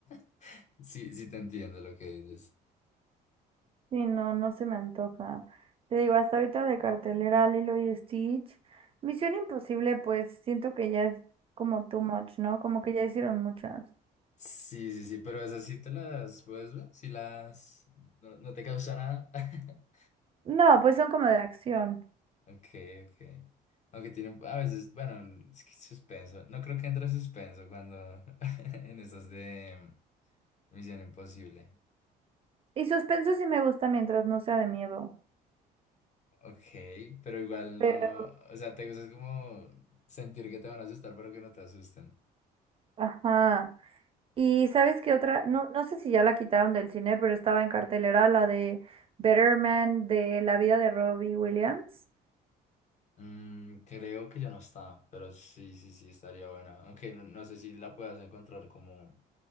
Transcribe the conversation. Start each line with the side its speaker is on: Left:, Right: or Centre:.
Left: <laughs> sí, sí te entiendo lo que dices.
Right: Sí, no, no se me antoja. Te digo, hasta ahorita de cartelera Lilo y Stitch. Misión Imposible, pues siento que ya es como too much, ¿no? Como que ya hicieron muchas.
Left: Sí, sí, sí, pero esas sí te las puedes ver, si las... No, no te causa nada. <laughs>
Right: No, pues son como de acción.
Left: Ok, ok. Aunque tiene un- a veces, bueno, es que suspenso. No creo que entre suspenso cuando <laughs> en esas de Misión Imposible.
Right: Y suspenso sí me gusta mientras no sea de miedo.
Left: Ok, pero igual no,
Right: Pero,
Left: o sea, te gusta es como sentir que te van a asustar, pero que no te asusten.
Right: ajá. Y ¿sabes qué otra? No, no sé si ya la quitaron del cine, pero estaba en cartelera la de Better Man de la vida de Robbie Williams.
Left: Mm, creo que ya no está, pero sí, sí, sí, estaría bueno. Aunque no, no sé si la puedas encontrar como